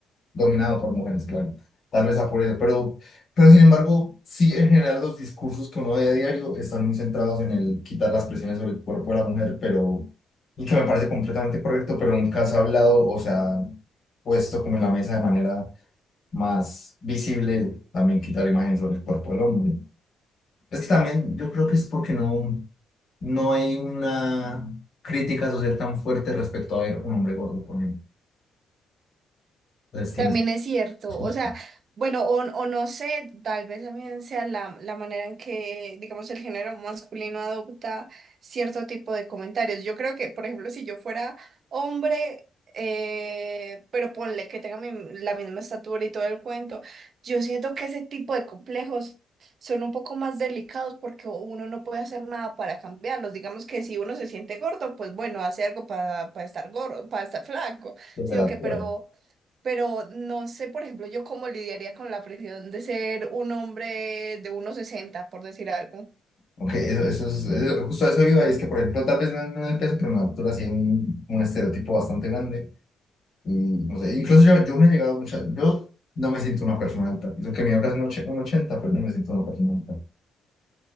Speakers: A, on the left (about 55°); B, on the right (about 55°).
A: dominado por mujeres, claro. Tal vez a por eso, pero, pero sin embargo, sí, en general los discursos que uno ve a diario están muy centrados en el quitar las presiones sobre el cuerpo de la mujer, pero, y que me parece completamente correcto, pero nunca se ha hablado, o sea, puesto como en la mesa de manera más visible, también quitar la imagen sobre el cuerpo del hombre. Es que también yo creo que es porque no, no hay una crítica social tan fuerte respecto a ver un hombre gordo, por ejemplo. Entonces tienes
B: También es cierto,
A: sus-
B: o sea, bueno, o, o no sé, tal vez también sea la, la manera en que, digamos, el género masculino adopta cierto tipo de comentarios. Yo creo que, por ejemplo, si yo fuera hombre, eh, pero ponle que tenga mi- la misma estatura y todo el cuento, yo siento que ese tipo de complejos son un poco más delicados porque uno no puede hacer nada para cambiarlos. Digamos que si uno se siente gordo, pues bueno, hace algo para, para estar gordo, para estar flaco,
A: desde
B: sí
A: la
B: o
A: altura.
B: qué, pero pero no sé, por ejemplo, yo cómo lidiaría con la presión de ser un hombre de 1,60, por decir algo,
A: Ok, eso, eso es, eso- justo a eso iba, y es que, por ejemplo, tal vez no, no en el peso, pero en la altura sí hay un, un estereotipo bastante grande. Y no sé, incluso yo, yo me he llegado mucho, yo no me siento una persona alta. Eso que mido casi un och- un 80 pero no me siento una persona alta.